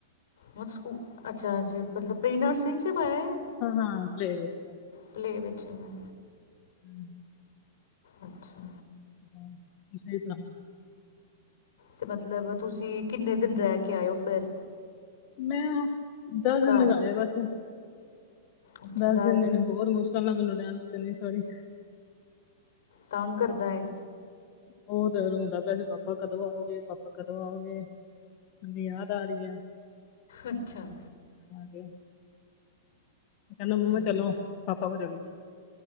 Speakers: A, on the left; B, on the left.
A: ਮਤਲਬ ਸਕੂ, ਅੱਛਾ ਅਜੇ ਮਤਲਬ ਪ੍ਰੀਨਰਸਰੀ ਚ ਈ ਪਾਇਆ ਏ?
B: ਹਾਂ-ਹਾਂ ਪਲੇ ਵੇ ਵਿੱਚ
A: ਪਲੇ ਵੇ ਵਿੱਚ ਹੋਣਾ ਏ।
B: ਹੂੰ-ਹੂੰ।
A: ਅੱਛਾ।
B: ਹਾਂ, ਤੁਸੀਓ ਈ ਸੁਣਾਓ?
A: ਤੇ ਮਤਲਬ ਤੁਸੀ ਕਿੰਨੇ ਦਿਨ ਰਹਿ ਕੇ ਆਇਓ ਫੇਰ?
B: ਮੈਂ ਦਸ ਦਿਨ
A: ਘਰ
B: ਲਗਾਆ ਬਸ,
A: ਅੱਛਾ
B: ਦੱਸ
A: ਦਸ
B: ਦਿਨ ਇਹੈਨੂੰ ਬਹੁਤ ਮੁਸ਼ਕਿਲ ਫਲ ਮਨੜੇ ਆਣ ਨੇ ਸਾਰੀ <unintelligible>
A: ਤਾਂਗ ਕਰਦਾ ਏ?
B: ਉਹ ਤੇ ਰੋਂਦਾ ਪਯਾਏ ਪਾਪਾ ਕਦੋ ਆਓਗੇ ਪਾਪਾ ਕਦੋ ਆਓਗੇ? ਹਾਂ ਯਾਦ ਆ ਰਹੀ ਆ
A: ਅੱਛਾ
B: ਗਿਆ <unintelligible> ਕੈੰਦਾ ਮੰਮਾ
A: ਹਮ
B: ਚਲੋ, ਪਾਪਾ ਕੋ ਚੱਲੀਏ।